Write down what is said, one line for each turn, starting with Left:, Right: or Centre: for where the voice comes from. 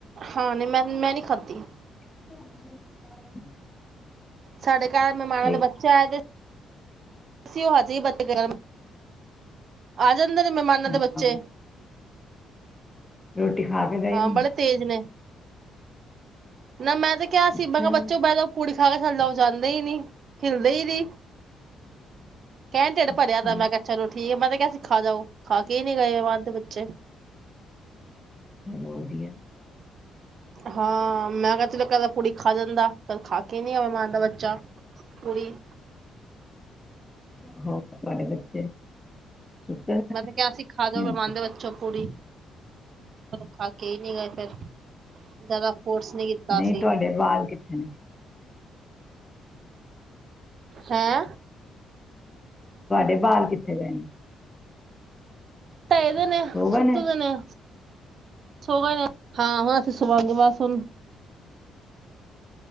Right: ਹਾਂ ਨਹੀਂ ਮੈਂ ਮੈਂ ਨੀ ਖਾਧੀ
Left: <unintelligible>
Right: ਸਾਡੇ ਘਰ ਮਹਿਮਾਨਾਂ
Left: ਤੇ
Right: ਦੇ ਬੱਚੇ ਆਏ ਦੇ ਤੁਸੀਂ ਓ ਹਜੀ ਬਦਗਰਮ ਅ ਜਾਂਦੇ ਨੇ ਮਹਿਮਾਨਾਂ ਦੇ
Left: ਹਾਂ
Right: ਬੱਚੇ
Left: ਰੋਟੀ ਖਾ ਕੇ ਗਏ
Right: ਹਾਂ
Left: ਹੁਣ
Right: ਬੜੇ ਤੇਜ਼ ਨੇ ਨਾ ਮੈਂ ਤੇ ਕਿਹਾ ਸੀ
Left: ਅੱਛਾ
Right: ਮੈਂ ਕਿਹਾ ਬੱਚੋਂ ਬਹਿ ਜਾਉ ਪੂੜ ਖਾ ਕੇ ਚੱਲੇ ਉਹ ਜਾਂਦੇ ਹੀ ਨੀ ਹਿਲ ਦੇ ਈ ਨੀ ਕਹਿਣ ਤੇਡ
Left: ਅੱਛਾ
Right: ਭਰਿਆ ਦਾ ਮੈਂ ਕਿਹਾ ਅੱਛਾ ਚਲੋ ਠੀਕ ਮਤ ਸੀ ਖਾ ਜਾਓ ਖਾ ਕੇ ਕਿ ਨੀ ਗਏ ਵਅਦ ਦੇ ਬੱਚੇ
Left: ਚਲੋ ਵਧੀਆ
Right: ਹਾਂ। ਮੈਂ ਕਿਹਾ ਚਲੋ ਇੱਕ ਅੱਧਾ ਪੁੜੀ ਖਾ ਜਾਂਦਾ ਕਦੇ ਖਾ ਕੇ ਨੀ ਆਵੇ ਮਨ ਦਾ ਬੱਚਾ ਪੁੜੀ
Left: ਹੋਰ ਤੁਹਾਡੇ ਬੱਚੇ ਸੁੱਤੇ ਹੋਏ
Right: ਮੈਂ ਤੇ ਕਿਆ ਸੀਂ ਖਾਜੋ ਮਿਹਮਾਨ
Left: ਨੇ?
Right: ਦੇ ਬੱਚੋਂ ਪੂਰੀ ਖਾ ਕੇ ਹੀ ਨਹੀਂ ਗਏ ਫੇਰ ਜਿਆਦਾ ਫੋਰਸ ਨੀ ਕੀਤਾ
Left: ਨਹੀਂ
Right: ਅਸੀਂ
Left: ਤੁਹਾਡੇ ਬਾਲ ਕਿੱਥੇ ਨੇ
Right: ਹੈਂ
Left: ਏ ਬਾਹਰ ਕਿੱਥੇ ਗਏ ਨ।
Right: ਪਏ ਦੇ ਨੇ,
Left: ਸੋ ਗਏ
Right: ਸੁਤੇ ਦੇ ਨੇ। ਸੋ ਗਏ ਨੇ, ਹਾਂ ਹੁਣ ਅਸੀਂ ਸੁਬਹ ਸੁਣਾਂਗੇ ਆਵਾਜ਼ ਹੁਣ।